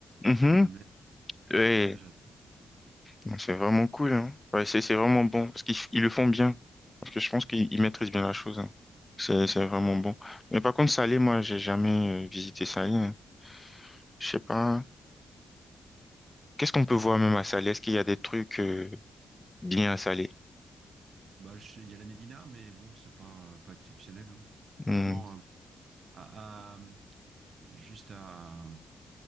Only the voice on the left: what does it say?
mhm.
Ouais.
Non, C'est vraiment cool, hein. Ouais, c'est, c'est vraiment bon. Parce qu'ils f- ils le font bien. Parce que je pense qu'ils ils maîtrisent bien la chose, hein. C'est, c'est vraiment bon. Mais par contre, Salé, moi, j'ai jamais euh, visité Salé, hein. Je sais pas. Qu'est-ce qu'on peut voir même à Salé? Est-ce qu'il y a des trucs euh, bien à Salé?
Hmm.